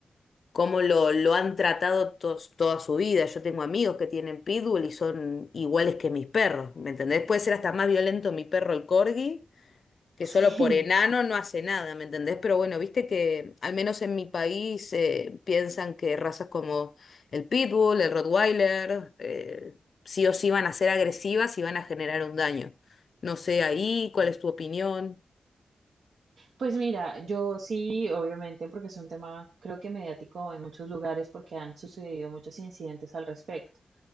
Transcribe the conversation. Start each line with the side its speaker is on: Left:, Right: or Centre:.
Left: como lo, lo han tratado tos- toda su vida. Yo tengo amigos que tienen pitbull y son iguales que mis perros, ¿me entendés? Puede ser hasta más violento mi perro el corgi que
Right: <laughs>
Left: solo
Right: Sí.
Left: por enano no hace nada, ¿me entendés? Pero bueno, viste que al menos en mi país eh, piensan que razas como el Pitbull, el Rottweiler, eh, sí o sí van a ser agresivas y van a generar un daño. No sé ahí, ¿cuál es tu opinión?
Right: Pues mira, yo sí, obviamente, porque es un tema, creo que mediático en muchos lugares, porque han sucedido muchos incidentes al respecto.